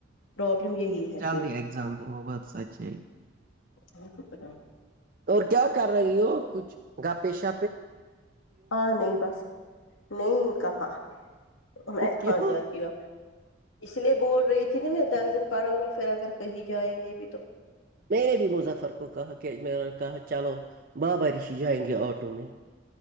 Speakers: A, on the left; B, on the right.
A: پرابلم یہی ہے
B: جلدی
A: پھر
B: ایگزام وہ بہت سچ ہی
A: ہاں کچھ باتوں
B: اور کیا کر رہی ہو کچھ گپے شپ
A: ہاں نہیں بس نہیں کہاں میں کھاں
B: کیوں
A: جاتی ہ اس لیے بول رہی تھی نا میں دس دن پڑھاوں گی پھر اگر کہیں جائیں گے بھی تو
B: میں نے بھی مظفر کو کہا کہ میںوں نے کہا چلو بابارش جائیں گے آٹو میں